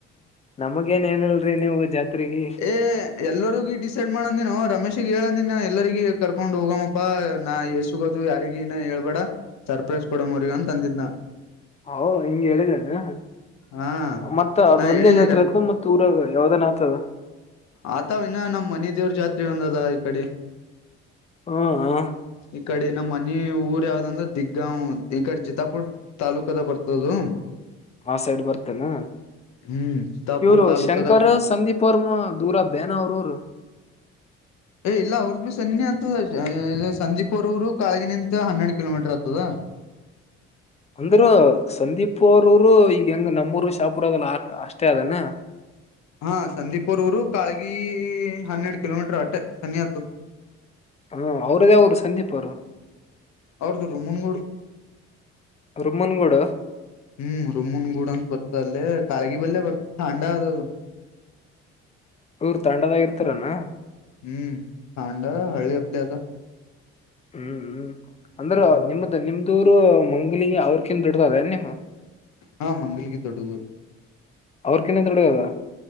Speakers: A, on the left; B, on the left.
A: ನಮಗೇನ್ ಹೇಳಲ್ರಿ ನೀವು ಜಾತ್ರೆಗೆ
B: ಏ ಎಲ್ಲರಿಗ ಡಿಸೈಡ್ ಮಾಡಂದ ನ ಅವ್ರು ರಮೇಶಿಗೆ ಹೇಳಂದನ್ ಎಲ್ಲರಿಗ ಕರ್ಕೊಂಡ್ ಹೋಗಮ್ಮಪ್ಪಾ ನಾ ಎ ಸುಗದು ಯಾರಿಗನ ಹೇಳ್ಬೇಡ ಸರ್ಪ್ರೈಜ ಕೊಡಮವ್ರಗ ಅಂತ ತಂದಿದ್ನ
A: ಹ ಹಿಂಗಗೆ ಹೇಳಿದನು
B: ಹಾ
A: ಮತ್ತತ್ ಅದ್
B: ನಾ
A: ಒಂದೇ
B: ಹೇಳಿನಿ
A: ಜಾತ್ರೆ ಆತ್ ಮತ್ತತ್ ಊರಾಗ ಯಾವ್ದಾನ ಆತದ
B: ಆತಾವ ಇನ್ನ ನಮ್ಮ್ ಮನೆ ದೇವ್ರ ಜಾತ್ರೆ ಒಂದದ ಈ ಕಡೆ
A: ಹ್ಮ ಹಾ
B: ಈ ಕಡೆ ನಮ್ಮ್ ಮನ ಊರ್ ಯಾವ್ದಂದ್ರೆ ದಿಗ್ಗಾಂ ಈ ಕಡೆ ಚಿತ್ತಾಪೂರ್ ತಾಾಲೂಕದ ಬರ್ತದು
A: ಆ ಸೈಡ್ ಬರ್ತೇನಾ
B: ಹ್ಮ್ ಚಿತ್ತಾಪುರ್
A: ಇವರು
B: ತಾಲೂಕದಾಗ
A: ಶಂಕರ ಸಂದೀಪ್ ಅವರ್ಮ ದೂರದ್ದೇನ ಅವ್ರರು
B: ಏ್ ಇಲ್ಲ ಅವ್ರದ್ದ ಭೀ ಸನ್ನಿನೇ ಆತದ ಸಂದೀಪರ್ವರು ಕಾಳಗಿನಂತ ಹನ್ನೆರಡು ಕಿಲೋಮೀಟರ್ ಆತದ
A: <inaudible> ಅಂದ್ರ ಸಂದೀಪ್ ಅವರರು ಈಗ ಹೆಂಗ್ ನಮ್ಮೂರು ಶಾಪುರ ಅದಲ್ಲ ಆ ಅಷ್ಟೇ ಅದಾನ
B: ಹಾ ಸಂದೀಪರ್ ಊರು ಕಾಳಗಿ ಹನ್ನೆರಡು ಕಿಲೋಮೀಟರ್ ಹೊಟ್ಟೆ ಸನಿಹತ
A: ಹ್ಮ್ ಅವ್ರದ ಅವ್ರು ಸಂದೀಪ ಅವರು
B: ಅವ್ರದ್ದರು ಮುನ್ಗೂಡು
A: ರರುಮನ್ಗೂಡ
B: ಹ್ಮ್ ರುಮನ್ ಗೂಡ ಅಂತ ಬರ್ತದ ಅಲ್ಲೇ ಕಾಗಿ ಬಲ್ಲೆ ಬರ್ತ ಚಂಡ ಅದದು
A: ಇವ್ರ್ ತಂಡದಾಗಿ ಇರ್ತಾರಣ್ಣ
B: ಹ್ಮ್ ತಾಂಡ ಹಳ್ಳಿ ಅಪ್ಲೇ ಅದ
A: ಹ್ಮ್ ಹ್ಮ್ ಅಂದ್ರ
B: ಹ್ಮ್
A: ನಿಮ್ದ ನಿಮ್ದೂರು ಮಂಗಲಿಗೆ ಅವ್ರಕಿನ್ ದುಡ್ದದೇ ನಿಮ್
B: ಹಾ ಮಂಗಲಿಗೆ ದೊಡ್ಡದು
A: ಅವ್ರ ಏೇ್ೊಡಡು್ಯದ